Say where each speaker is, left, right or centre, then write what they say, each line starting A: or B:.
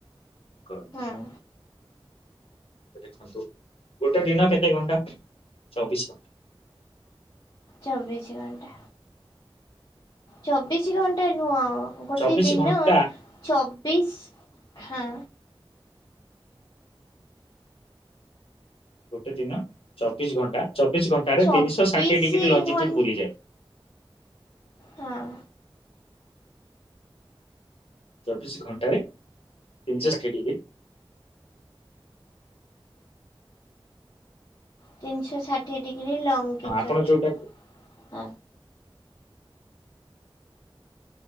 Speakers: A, on the left; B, on the left.
A: କରନ୍ତି।
B: ହୁଁ
A: ଦେଖନ୍ତୁ ଗୋଟେ ଦିନ କେତେ ଘଣ୍ଟା ଚବିଶି ଘଣ୍ଟା।
B: ଚବିଶି ଘଣ୍ଟା ଚବିଶି ଘଣ୍ଟା ନୁହଁ। ଗୋଟେ
A: ଚବିଶ
B: ଦିନ
A: ଘଣ୍ଟା
B: ଚବିଶି ହାଁ
A: ଗୋଟେ ଦିନ ଚବିଶି ଘଣ୍ଟା ଚବିଶି ଘଣ୍ଟାରେ
B: ଚବିଶ
A: ତିନିଶହ ଷାଠିଏ ଡ଼ିଗ୍ରୀ ଲଂଜିଚ୍ୟୁଡ୍
B: ଘଣ୍ଟା
A: ବୁଲିଯାଏ।
B: ହଁ।
A: ଚବିଶି ଘଣ୍ଟାରେ ତିନିଶହ ଷାଠିଏ ଡିଗ୍ରୀ
B: ତିନିଶହ ଷାଠିଏ ଡିଗ୍ରୀ ଲଙ୍କିଚୋଟ୍
A: ହଁ ଆପଣ ଯୋଉଟା ହଁ
B: ହଁ।